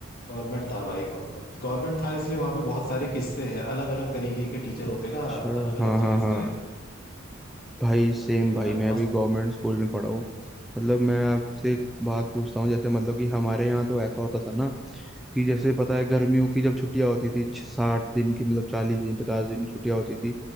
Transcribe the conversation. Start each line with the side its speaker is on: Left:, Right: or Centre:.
Left: गवर्नमेंट था भाई गवर्नमेंट गवर्नमेंट था इसलिए वहां पे बहुत सारे किस्से हैं अलग अलग तरीके के टीचर
Centre: अच्छा
Left: होते हैं ना अलग
Centre: हाँ
Left: अलग
Centre: हाँ
Left: जगह
Centre: हाँ
Left: से आए हुए
Centre: भाई
Left: तो
Centre: सेम
Left: वही है
Centre: भाई
Left: यार
Centre: मैं अभी
Left: मस्त
Centre: गवर्नमेंट
Left: थे यार
Centre: स्कूल में पढ़ा हूँ मतलब मैं आपसे एक बात पूछता हूँ जैसे मतलब कि हमारे यहाँ तो ऐसा होता था ना कि जैसे पता है गर्मियों की जब छुट्टियां होती थी छ- साठ दिन की मतलब चालीस दिन पचास दिन की छुट्टियां होती थी